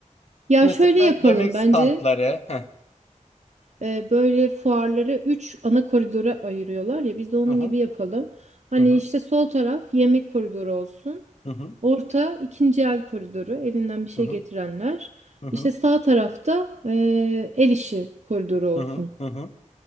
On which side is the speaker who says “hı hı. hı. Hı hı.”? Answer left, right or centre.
Left